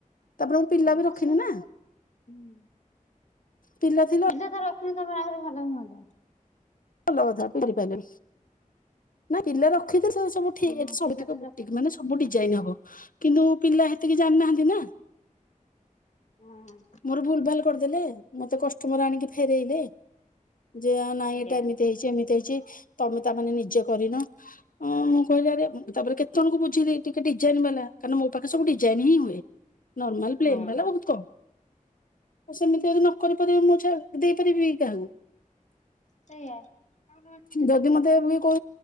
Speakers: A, on the left (about 80°); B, on the left (about 55°).
A: ତାପରେ ମୁଁ ପିଲା ବି
B: ହଁ
A: ରଖିନି
B: ସେ
A: ନା
B: ଗୋଟେ
A: ପିଲା ଥିଲେ
B: ପିଲା ତ ରଖନ୍ତୁ ତମର ଆହୁରି ଭଲ ହୁଅନ୍ତା।
A: ଭଲ କଥା କରିପାରିବେ ନାଇଁ ପିଲା ରଖିଲେ ସବୁ ଠିକ୍
B: ହଁ
A: <inaudible>
B: ପିଲା ତ ରଖିଲେ
A: ସବୁ ଡିଜାଇନ ହବ କିନ୍ତୁ ପିଲା ହେତିକି ଜାଣି ନାହାନ୍ତି ନା।
B: ହଁ
A: ମୋର ଭୁଲ ଭାଲ କରିଦେଲେ ମତେ କଷ୍ଟମର ଆଣିକି ଫେରେଇବେ। ଯେ ନାଇଁ
B: ସେଇଆ
A: ଏଇଟା ଏମିତି ହେଇଛି ଏମିତି ହେଇଛି ତମେ ତା ମାନେ ନିଜେ କରିନ। ହଁ ମୁଁ କହିଲି ଆରେ ତା ପରେ କେତେ ଜଣ କୁ ବୁଝେଇଲି ଟିକେ ଡିଜାଇନ୍ ବାଲା କାରଣ ମୋ ପାଖରେ ସବୁ ଡିଜାଇନ୍ ହିଁ ହୁଏ। ନର୍ମାଲ ପ୍ଲେନ୍
B: ହଁ ସେଇଆ। ହଁ
A: ବାଲା ବହୁତ କମ୍। ସେମିତି ଯଦି ନ କରି ପାରିବେ ମୁଁ ଝା ଦେଇପାରିବି କି କାହାକୁ।
B: ସେଇଆ। ଆଉ
A: ଯଦି ମତେ ବି ଉ